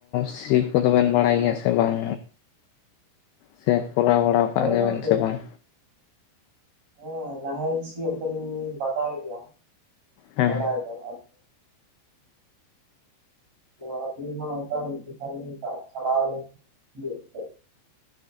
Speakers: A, on the left; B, on the right.
A: ᱥᱤ ᱠᱚᱫᱚ ᱵᱮᱮᱱ ᱵᱟᱲᱟᱭ ᱜᱮᱭᱟ ᱥᱮ ᱵᱟᱝ? ᱥᱮ ᱠᱚᱨᱟᱣ ᱵᱟᱲᱟ ᱠᱟᱜ
B: ᱦᱳᱭ
A: ᱜᱮᱵᱮᱱ
B: ᱜᱚᱝᱠᱮ
A: ᱥᱮ ᱵᱟᱝ?
B: ᱦᱮᱸ ᱱᱟᱦᱮᱞ ᱥᱤᱭᱳᱜ ᱫᱚᱞᱤᱧ ᱵᱟᱰᱟᱭ ᱜᱮᱭᱟ
A: ᱦᱮᱸ
B: ᱵᱟᱰᱟᱭ ᱫᱚ ᱾ ᱠᱟ ᱪᱟᱣ <unintelligible>